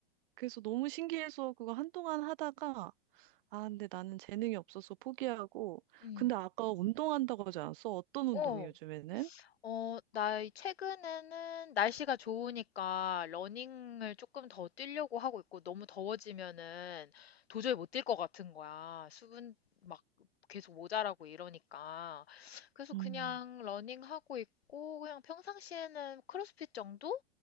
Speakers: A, on the right; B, on the left.
A: 그래서 너무 신기해서 그거 한동안 하다가 아, 근데 나는 재능이 없어서 포기하고.
B: 음.
A: 근데 아까 운동한다고 하지 않았어? 어떤 운동이
B: 어.
A: 요즘에는?
B: 어, 나 최근에는 날씨가 좋으니까 러닝을 조금 더 뛰려고 하고 있고 너무 더워지면은 도저히 못 뛸 것 같은 거야. 수분 막 계속 모자라고 이러니까. 그래서 그냥
A: 음.
B: 러닝하고 있고 그냥 평상시에는 크로스핏 정도?